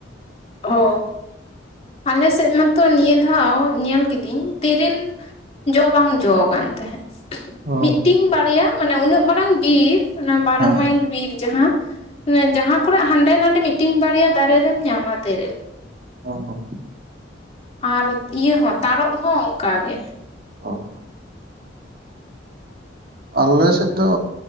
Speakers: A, on the left; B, on the right.
A: ᱚ ᱟᱞᱮᱥᱮᱫ ᱢᱟᱛᱚ ᱱᱤᱭᱟᱹ ᱫᱷᱟᱣ ᱧᱮᱞ ᱠᱤᱫᱤᱹᱧ ᱛᱤᱨᱤᱞ ᱡᱚ ᱵᱟᱝ ᱡᱚ ᱠᱟᱱ ᱛᱟᱦᱮᱸᱫ
B: ᱚ
A: ᱢᱤᱫᱴᱤᱝ ᱵᱟᱨᱭᱟ ᱢᱟᱱᱮ ᱩᱱᱟᱹᱜ ᱢᱟᱨᱟᱝ ᱵᱤᱨ ᱚᱱᱟ ᱵᱟᱨᱚ
B: ᱦᱮᱸ
A: ᱢᱟᱭᱤᱞ ᱵᱤᱨ ᱡᱟᱦᱟᱸ ᱢᱟᱱᱮ ᱡᱟᱦᱟᱸ ᱠᱚᱨᱮ ᱦᱟᱸᱰᱮ ᱱᱟᱰᱮ ᱢᱤᱫᱴᱤᱱ ᱵᱟᱨᱭᱟ ᱫᱟᱨᱮ ᱨᱮᱢ ᱧᱟᱢᱟ ᱛᱤᱨᱤᱞ
B: ᱚ ᱦᱚᱸ
A: ᱟᱨ ᱤᱭᱟᱹ ᱦᱚᱸ ᱛᱟᱨᱚᱵ ᱦᱚᱸ ᱚᱱᱠᱟ ᱜᱮ
B: ᱚ ᱟᱞᱮ ᱥᱮᱫ ᱫᱚ